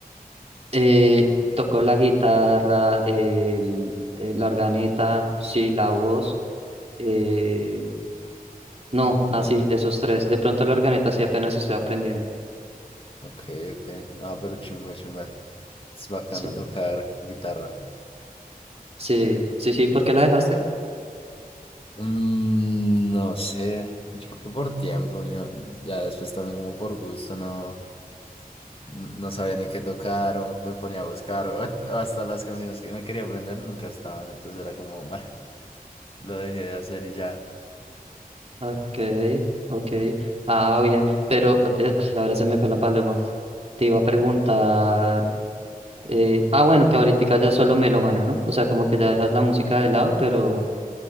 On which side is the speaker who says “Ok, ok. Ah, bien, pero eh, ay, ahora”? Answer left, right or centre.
Right